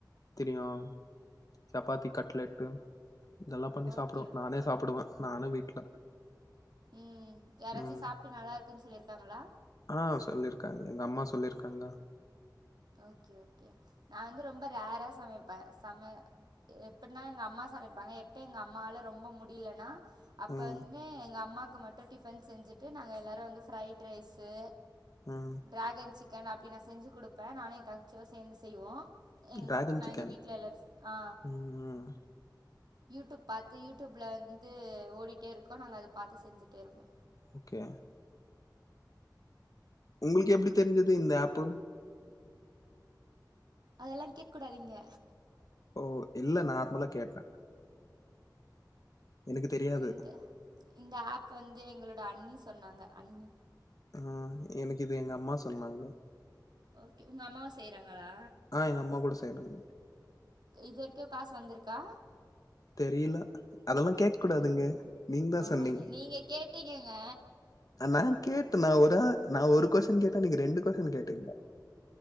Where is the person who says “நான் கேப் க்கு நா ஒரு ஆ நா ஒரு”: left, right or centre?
Left